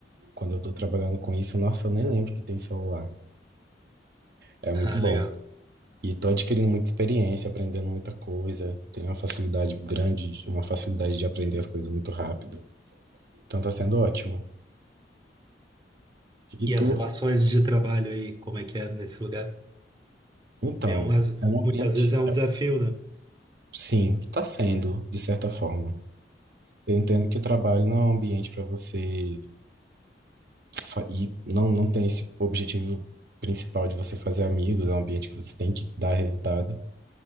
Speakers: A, on the right; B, on the right.
A: quando eu tô trabalhando com isso, nossa, eu nem lembro que tem celular. É muito
B: Ah,
A: bom.
B: legal.
A: E tô adquirindo muita experiência, aprendendo muita coisa. Tenho uma facilidade grande, uma facilidade de aprender as coisas muito rápido. Então tá sendo ótimo.
B: E
A: E
B: as
A: tu?
B: relações de trabalho aí, como é que é nesse lugar?
A: Então,
B: É um,
A: é um ambiente,
B: muitas vezes é um desafio,
A: é-
B: né?
A: sim, tá sendo, de certa forma. Eu entendo que o trabalho não é um ambiente para você fa- e não, não tem esse objetivo principal de você fazer amigos, é um ambiente que você tem que dar resultado,